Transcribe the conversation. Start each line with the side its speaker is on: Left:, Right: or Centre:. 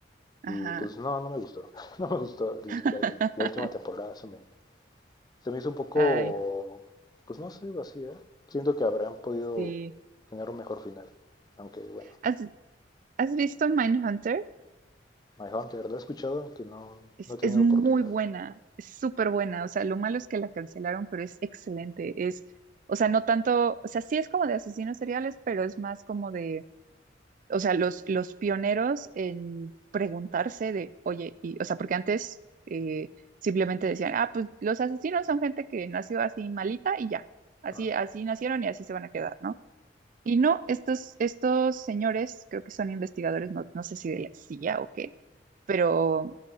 Right: Ajá.
Left: Y pues no, no me gustó. <laughs> No me gustó.
Right: <laughs>
Left: La, la última temporada se me, se me hizo un poco,
Right: Ay,
Left: pues no sé, vacía. Siento que habrán podido
Right: sí.
Left: tener un mejor final. Aunque bueno,
Right: ¿Has, has visto Mindhunter?
Left: My Hunter lo he escuchado, aunque no,
Right: Es,
Left: no he tenido
Right: es muy
Left: oportunidad.
Right: buena, es súper buena. O sea, lo malo es que la cancelaron, pero es excelente. Es, o sea, no tanto, o sea, sí es como de asesinos seriales, pero es más como de, o sea, los, los pioneros en preguntarse de, oye, y, o sea, porque antes eh, simplemente decían, ah, pues los asesinos son gente que nació así malita y ya, así,
Left: Ah,
Right: así nacieron y así se van a quedar, ¿no? Y no, estos, estos señores, creo que son investigadores, no, no sé si de la CIA o qué, pero